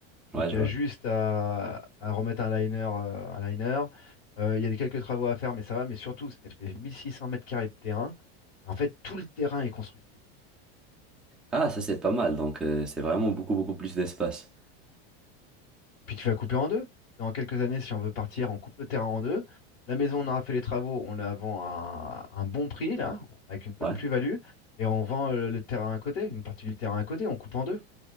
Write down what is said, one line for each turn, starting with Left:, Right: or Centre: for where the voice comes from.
Centre: ouais,
Left: Donc
Centre: je
Left: il y
Centre: vois.
Left: a juste à, à remettre un liner, euh, un liner. Euh, il y a des quelques travaux à faire, mais ça va. Mais surtout, c'est qu'elle fait 1600 mètres carrés de terrain. Et en fait, tout le terrain est constructible.
Centre: Ah, ça, c'est pas mal. Donc, euh, c'est vraiment beaucoup, beaucoup plus d'espace.
Left: Et puis tu vas couper en deux. Dans quelques années, si on veut partir, on coupe le terrain en deux. La maison, on aura fait les travaux, on la vend à un bon prix, là, avec une bonne
Centre: Ouais.
Left: plus-value. Et on vend euh, le terrain à côté, une partie du terrain à côté, on coupe en deux.